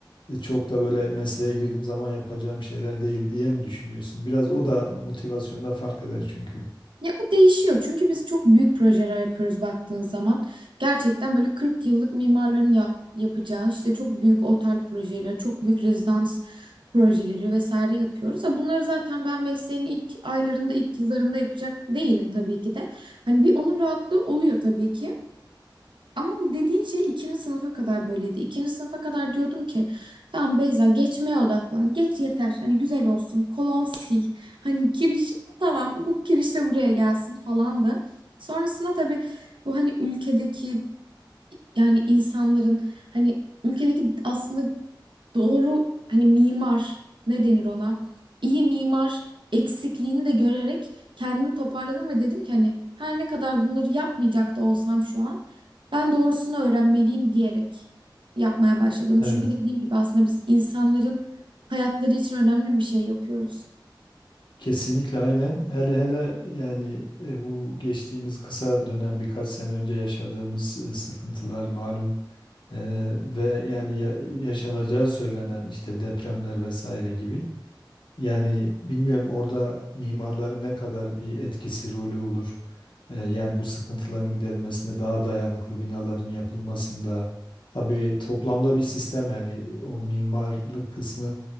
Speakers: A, on the left; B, on the right.
A: e, çok da böyle mesleğe girdiğim zaman yapacağım şeyler değil diye mi düşünüyorsun? Biraz o da motivasyonda fark eder çünkü.
B: Ya o değişiyor çünkü biz çok büyük projeler yapıyoruz baktığın zaman. Gerçekten böyle 40 yıllık mimarların yap, yapacağı işte çok büyük otel projeleri, çok büyük rezidans projeleri vesaire yapıyoruz. Ha, bunları zaten ben mesleğin ilk aylarında, ilk yıllarında yapacak değilim tabii ki de. Hani bir onun rahatlığı oluyor tabii ki. Ama bu dediğin şey ikinci sınıfa kadar böyleydi. İkinci sınıfa kadar diyordum ki tamam Beyza geçmeye odaklan. Geç yeter. Hani güzel olsun. Kolon sil. Hani giriş tamam bu kiriş de buraya gelsin falan da. Sonrasında tabii bu hani ülkedeki yani insanların hani ülkedeki aslında doğru hani mimar ne denir ona? İyi mimar eksikliğini de görerek kendimi toparladım ve dedim ki hani her ne kadar bunları yapmayacak da olsam şu an ben doğrusunu öğrenmeliyim diyerek yapmaya başladım.
A: Evet.
B: Çünkü dediğim gibi aslında biz insanların hayatları için önemli bir şey yapıyoruz.
A: Kesinlikle aynen. Hele hele yani e, bu geçtiğimiz kısa dönem birkaç sene önce yaşadığımız e, sıkıntılar malum E, ve yani ya- yaşanacağı söylenen işte depremler vesaire gibi. Yani bilmiyorum orada mimarların ne kadar bir etkisi rolü olur. E, Yani bu sıkıntıların giderilmesinde daha dayanıklı binaların yapılmasında tabii toplamda bir sistem yani o mimarlık kısmı